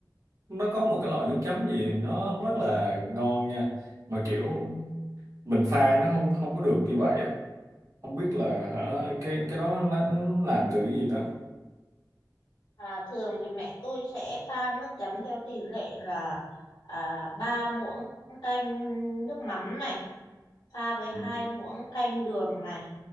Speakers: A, on the right; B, on the left.
A: nó có một cái loại nước chấm gì nó rất là ngon nha mà kiểu mình pha nó không không có được như vậy á không biết là hả cái cái đó là- nó làm từ cái gì ta
B: À, thường thì mẹ tôi sẽ pha nước chấm theo tỷ lệ là à, 3 muỗng canh nước mắm này, pha với
A: ừ.
B: hai muỗng canh đường này,